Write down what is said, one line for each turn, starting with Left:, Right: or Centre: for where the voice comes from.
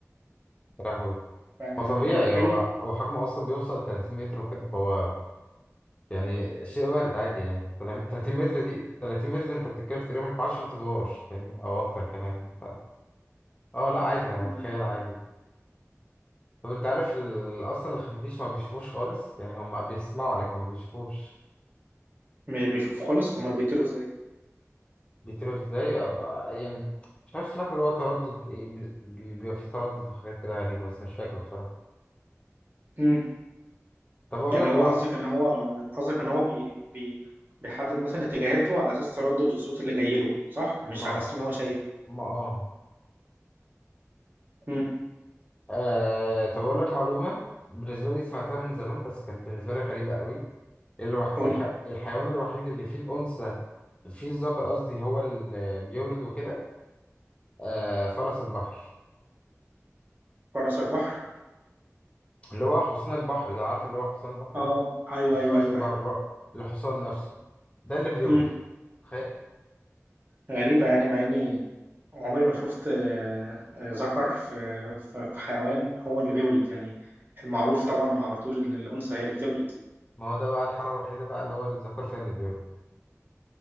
Left: يا لهوي
Right: فأنت
Left: ما طبيعي
Right: متخيل
Left: هو هو حجمه اصلا بيوصل 30 متر وكده فهو يعني شيء وارد عادي يعني 30 متر دي 30 متر انت بتتكلم في تقريبا في 10 ادوار فاهمني او اكتر كمان ف... اه لا عادي
Right: بالظبط؟
Left: اتخيل عادي طب انت عارف ال... اصلا الخفافيش ما بيشوفوش خالص يعني هم بيسمعوا لكن ما بيشوفوش
Right: مش بيشوف خالص أمال بيطيروا
Left: بيطيروا ازاي أبقى- يعني مش عارف سمعت اللي هو تردد ايه بي- بي- بيبقى فيه تردد وحاجات كده غريبة بس مش فاكر بصراحة
Right: إزاي؟
Left: طب اقول
Right: يعني
Left: لك
Right: هو
Left: ما
Right: قصدك ان هو قصدك ان هو بي... بي... بيحدد مثلا اتجاهاته على اساس تردد الصوت اللي جاي له صح مش
Left: ما
Right: على اساس ما هو شايف
Left: ما اه
Right: امم
Left: آه طب أقول لك معلومة بالنسبة لي سمعتها من زمان بس كانت بالنسبة لي غريبة قوي الوح...
Right: قول
Left: الح... الحيوان الوحيد اللي فيه الأنثى فيه الذكر قصدي هو اللي بيولد وكده آه فرس البحر
Right: فرس البحر
Left: اللي هو حصان البحر ده عارف اللي هو حصان البحر
Right: اه
Left: ده
Right: ايوه
Left: مش
Right: ايوه
Left: فرس
Right: ايوه
Left: البحر
Right: ايوه
Left: اللي هو الحصان نفسه ده اللي بيولد
Right: امم
Left: تخيل
Right: غريبه يعني مع اني عمري ما شفت آه، آه، ذكر في في في حيوان هو اللي بيولد يعني المعروف طبعا على طول ان الانثى هي اللي بتولد
Left: ما هو ده بقى الحالة الوحيدة بقى اللي هو الذكر فيها اللي بيولد